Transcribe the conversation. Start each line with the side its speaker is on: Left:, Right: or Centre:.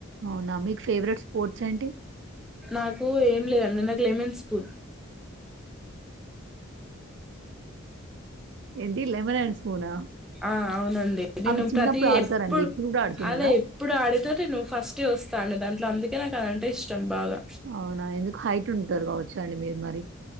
Right: అవునా మీకు ఫేవరెట్ స్పోర్ట్స్ ఏంటి?
Centre: నాకు ఏం లేదండి నా స్కూల్
Right: ఏంటి లెమన్ అండ్ స్పూనా?
Centre: ఆ అవునండి నిను
Right: అవి చిన్నప్పుడు
Centre: ప్రతి
Right: ఆడతారండి.
Centre: ఎప్పుడు
Right: ఇప్పుడు గూడా ఆడుతున్నారా?
Centre: అదే ఎప్పుడు ఆడితే నేను ఫస్ట్ వస్తాడి దాంట్లో అందుకు నాకు అదంటే ఇష్టం బాగా
Right: అవునా ఎందుకు హైట్ ఉంటురు కావచ్చు అండి మీరు మరి